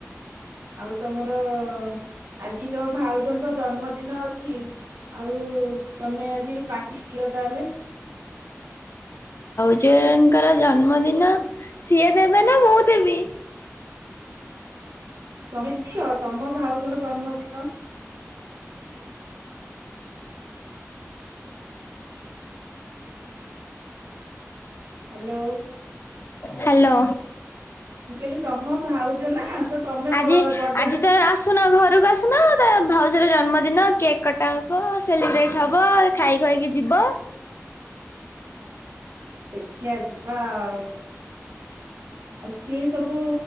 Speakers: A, on the right; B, on the left.
A: ଆଉ ତମର ଆଜି ତମ ଭାଉଜଙ୍କ ଜନ୍ମଦିନ ଅଛି ଆଉ ତମେ ଆଜି ପାର୍ଟି ଦିଅ ତାହେଲେ।
B: ଭାଉଜ ଙ୍କର ଜନ୍ମଦିନ ସିଏ ଦେବେ ନା ମୁଁ ଦେବି?
A: ତମେ ଦିଅ ତମ ଭାଉଜଙ୍କ ଜନ୍ମଦିନ ହ୍ୟାଲୋ
B: ହ୍ୟାଲୋ।
A: ମୁଁ କହିଲି ତମ ଭାଉଜ ନା ତ ତମେ
B: ଆଜି
A: ବର୍ଡେରେ
B: ଆଜି ତ ଆସୁନ ଘରକୁ ଆସୁନ ତ ଭାଉଜର ଜନ୍ମଦିନ କେକ୍ କଟା ହବ ସେଲିବ୍ରେଟ ହବ ଖାଇ ଖୁଆକି ଯିବ।
A: ଦେଖିଆ ଯିବା ଆଉ। ଆଉ କିଏ ସବୁ